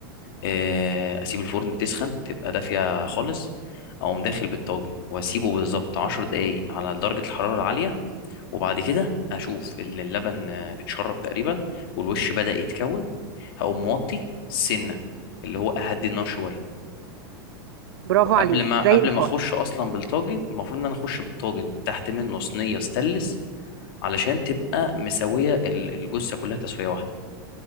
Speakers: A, on the left (about 65°); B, on the right (about 75°).
A: آه، أسيب الفرن تسخن تبقى دافية خالص أقوم داخل بالطاجن وأسيبه بالظبط عشر دقايق على درجة الحرارة العالية وبعد كده أشوف إن اللبن آه، اتشرب تقريبا والوش بدأ يتكون هقوم موطي سنة اللي هو أهدي النار شوية
B: برافو
A: وقبل
B: عليك
A: ما
B: زي
A: قبل
B: الفل
A: ما اخش اصلا بالطاجن المفروض ان انا اخش بالطاجن تحت منه صينيه ستانلس علشان تبقى مسويه ال- الجثه كلها تسويه واحده